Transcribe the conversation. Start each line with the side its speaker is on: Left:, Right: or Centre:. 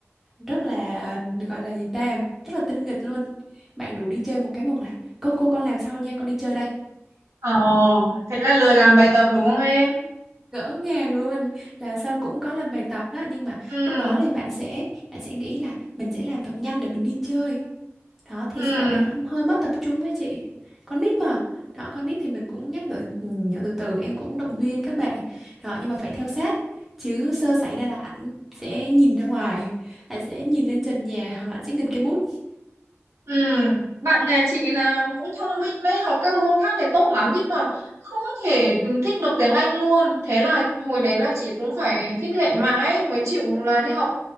Centre: rất là gọi là gì ta rất là tinh nghịch luôn bạn rủ đi chơi một cái một là cô cô con làm sau nha con đi chơi đây
Right: Ồ, thế là lười làm bài tập đúng không em?
Centre: ngỡ ngàng luôn là sau cũng có làm bài tập đó nhưng mà
Right: ừ
Centre: lúc đó thì bạn sẽ bạn sẽ nghĩ là mình sẽ làm thật nhanh để mình đi chơi đó thì
Right: ừ
Centre: bạn ấy hâm- hơi mất tập trung ấy chị con nít mà đó con nít thì mình cũng nhắc nhở nhở từ từ em cũng động viên các bạn đó nhưng mà phải theo sát chứ sơ xảy ra là ảnh sẽ nhìn ra ngoài ảnh sẽ nhìn lên trần nhà hoặc là ảnh sẽ nghịch cái bút
Right: Ừ, bạn nhà chị là cũng thông minh đấy, học các môn khác này tốt lắm nhưng mà không thể thích được tiếng Anh luôn. Thế là hồi đấy là chị cũng phải khích lệ mãi mới chịu là đi học